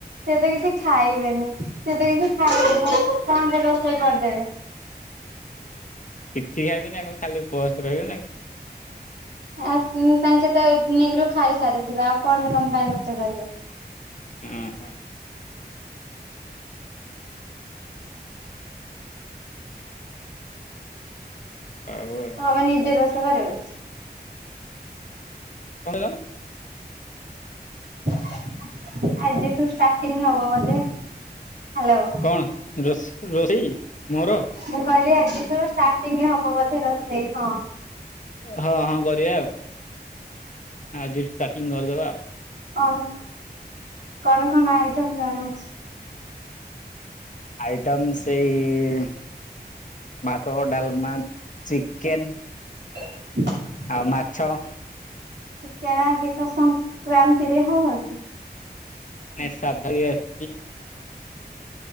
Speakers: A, on the right; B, on the left.
A: ସେ ତ କିଛି ଖାଇବେନି ସେ ତ କିଛି ଖାଇବେନି କଣ୍ଟେ ରୋଷେଇ କରିଦେବେ।
B: କିଛି ଖାଇବିନି ଆଉ କଣ ଖାଲି ଉପବାସ ରହିବେ ନା
A: ଆ ତାଙ୍କେ ତ ଏଇଭନିଂରୁ ଖାଇସାରିଥିବେ ଆଉ କଣ ତମ ପାଇଁ ରୋଷେଇ କରିବେ।
B: ଉ ହୁଁ। ଆଉ।
A: ତମେ ନିଜେ ରୋଷେଇ କରିବ?
B: କଣ କହିଲ?
A: <inaudible> ଆଜିଠୁ ଷ୍ଟାର୍ଟିଂ ହବ ବୋଧେ ହାଲୋ।
B: କଣ ରୋଷେଇ ମୋର?
A: ମୁଁ କହିଲି ଆଜିଠୁ ଷ୍ଟାର୍ଟିଂ ହବ ବୋଧେ ରୋଷେଇ ହଁ।
B: ହଁ ହଁ କରିବା ଆଉ ଆଜି ଷ୍ଟାଟିଂ କରିଦବା ଆଉ।
A: କଣ କଣ କଣ ଆଇଟମ୍ ଜଣାଅଛି?
B: ଆଇଟମ୍ ସେଇ ଭାତ ଡାଲମା ଚିକେନ୍।
A: ହ
B: ଆଉ ମାଛ।
A: କିଣା ବିକା ସଂକ୍ରାନ୍ତିରେ ହବ କି?
B: ସାଧା <unintelligible>